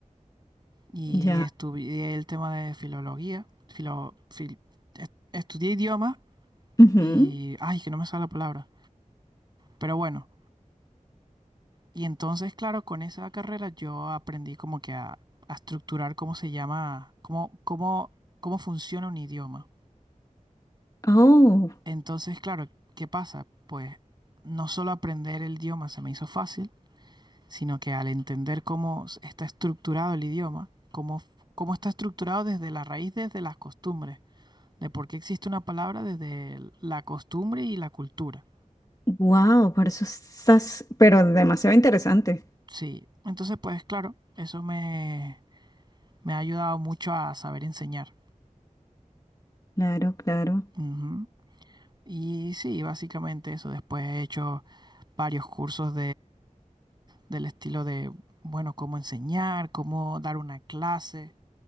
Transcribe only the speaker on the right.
y
estudié el tema de filología. Filo, fil- est- estudié idiomas
y... Ay, que no me sale la palabra. Pero bueno, y entonces, claro, con esa carrera yo aprendí como que a, a estructurar cómo se llama, cómo, cómo, cómo funciona un idioma.
Entonces, claro, ¿qué pasa? Pues no solo aprender el idioma se me hizo fácil, sino que al entender cómo s- está estructurado el idioma, cómo, f- cómo está estructurado desde la raíz, desde las costumbres, de por qué existe una palabra desde el- la costumbre y la cultura.
Sí, entonces, pues claro, eso me, me ha ayudado mucho a saber enseñar.
Ujú. Y sí, básicamente eso. Después he hecho varios cursos del estilo de, bueno, cómo enseñar, cómo dar una clase.